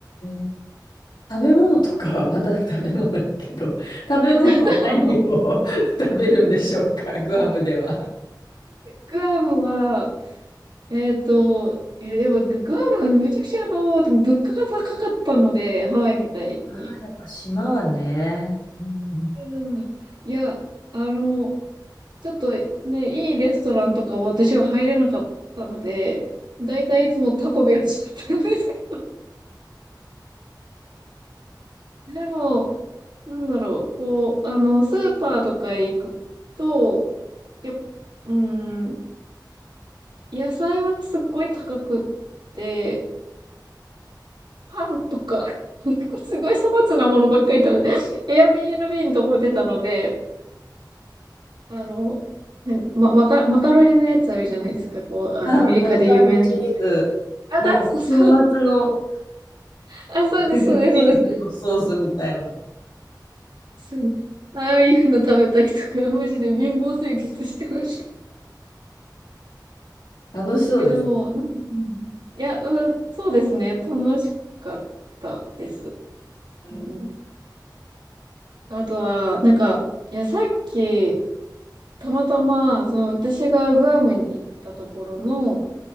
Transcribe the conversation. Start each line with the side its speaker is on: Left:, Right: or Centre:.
Left: え。食べ物とかは、また食べ物だけど、食べ物は何を
Right: <laughs>
Left: <laughs> 食べるんでしょうか、グアムでは。
Right: グアムは、えっと、いや、やっぱググアムめちゃくちゃあの、物価が高かったので、ハワイみたいに。
Left: あーやっぱ島はね。うん。
Right: うんいや、あの、ちょっとね、いいレストランとかは私は入れなかったので、だいたいいつもタコベルだったんですけど、<laughs> でも、なんだろう、こう、あの、スーパーとか行くと、やっ、うん、野菜はすっごい高くって、パンとか、<laughs> すごい粗末なものばっかり食べて、<laughs> Airbnb とも出たので、あの、ま、マカ、マカロニのやつあるじゃないですか、こう、あアメリカで有名な黄色い
Left: あ、中のチーズ。
Right: あ、
Left: なんか、
Right: だ、<laughs> そうそう。
Left: 粉末の
Right: あ、そうです、
Left: デザンチーズのソースみたいな。
Right: そうです、そうです。そう。ああいうの食べたりとか、<laughs> マジで貧乏生活してました。
Left: 楽しそうです。
Right: いや、でも、なんいや、うん、そうですね。楽しかったです。
Left: うん。
Right: うん。あとは、なんか、いや、さっき、たまたま、その、私がグアムに行ったところの、